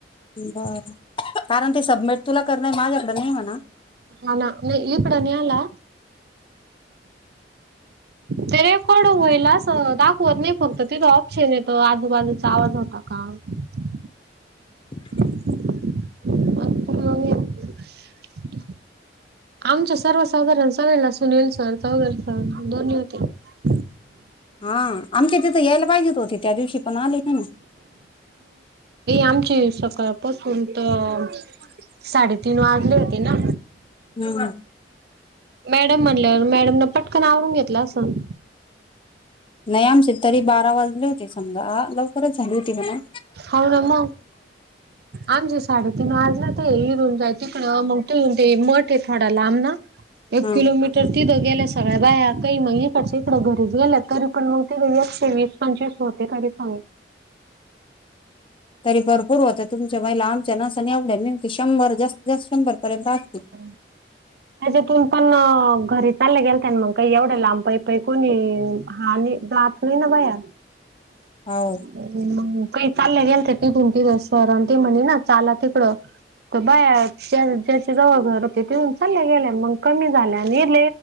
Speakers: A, on the left; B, on the right.
A: बर कारण ते सबमिट तुला करणार माझ्याकड नाही म्हणा
B: हा ना नाही इकडं नाही आला ते रेकॉर्ड होईलस दाखवत नाही फक्त तिथं ऑप्शन येतो आजूबाजूचा आवाज होता का ह
A: <unintelligible>
B: अ <unintelligible> आमच सर्वसाधारण सगळेला सुनील सर चौगर सर दोन्ही होते
A: हा आमच्या तिथे यायला पाहिज होते त्या दिवशी पण आले ना ना
B: आमचे सकाळपासून तरसाडेतीन वाजले होते ना
A: ना हम्
B: मॅडम म्हणल्यावर मॅडम न पटकन आवरून घेतलं असं.
A: नाही आमचे तरी बारा वाजले होते समजा लवकरच झाली होती मणा
B: हो ना मग आमची साडी त म आज ना ते हरन तड मग ते मठ आहे थोडा लांब ना एक
A: हा
B: किलोमीटर तिथं गेल्या सगळ्या बाया काही मग इकडच्या इकड घरीच गेलं तरी पण मग ते एकशे वीस पंचवीस होते तरी सांग <unintelligible>
A: तरी भरपूर होत तुमच्या महिला आमच्या नसने एवड्या मिती शंभर जास्त जास्त शंभर पर्यंत असतील
B: हा त्याच्यातून पण घरी चाललं गेल मग काही एवढे लांबाई प कोणी ह दात नाही ना बाया
A: हो
B: म का चाललं गेल ते पिथूनतीिथ सर आणि ते म्हणे ना चाला तिकडं त बाया ज्याच्या जव घर चालल्या गेल्या मग कमी झाल्या निरले